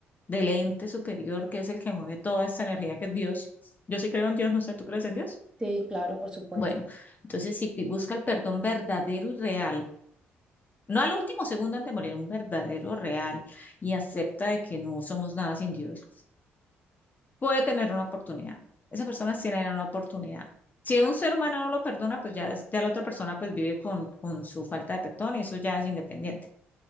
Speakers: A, on the left; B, on the right.
A: del ente superior, que es el que mueve toda esta energía, que es Dios. Yo sí creo en Dios, no sé, ¿tú crees en Dios?
B: Sí, claro, por supuesto.
A: Bueno, entonces si pi- busca el perdón verdadero y real, no al último segundo antes de morir, un verdadero real, y acepta de que no somos nada sin Dios. puede tener una oportunidad. esas personas tienen una oportunidad. Si un ser humano no lo perdona, pues ya, es- ya la otra persona pues vive con, con su falta de perdón y eso ya es independiente.